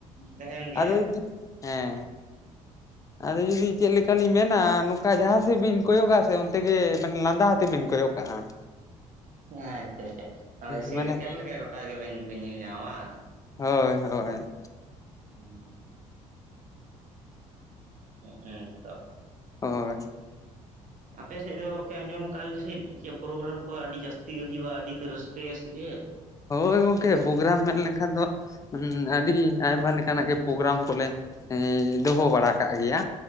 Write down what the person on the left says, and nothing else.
ᱟᱫᱚ ᱡᱩᱫᱤ ᱦᱮᱸ ᱟᱫᱚ ᱡᱩᱫᱤ ᱪᱮᱫ ᱞᱮᱠᱟᱞᱤᱧ ᱢᱮᱱᱟ ᱱᱚᱝᱠᱟ ᱡᱟᱦᱟᱸ ᱥᱮᱫ ᱵᱤᱱ ᱠᱚᱭᱚᱜᱼᱟ ᱥᱮ ᱚᱱᱛᱮ ᱜᱮ ᱢᱟᱱᱮ ᱞᱟᱸᱫᱟ ᱟᱛᱮ ᱵᱤᱱ ᱠᱚᱭᱚᱜ ᱠᱟᱜᱼᱟ᱾ <inaudible>
ᱢᱟᱱᱮ
ᱦᱳᱭ ᱦᱳᱭ
ᱦᱳᱭ
ᱦᱳᱭ ᱜᱚᱢᱠᱮ ᱯᱨᱳᱜᱨᱟᱢ ᱢᱮᱱ ᱞᱮᱱᱠᱷᱟᱱ ᱫᱚ ᱦᱩ ᱟᱹᱰᱤ ᱟᱭᱢᱟ ᱞᱮᱠᱟᱱᱟᱜ ᱜᱮ ᱯᱨᱳᱜᱨᱟᱢ ᱠᱚᱞᱮ ᱮ ᱫᱚᱦᱚ ᱵᱟᱲᱟ ᱠᱟᱜ ᱜᱮᱭᱟ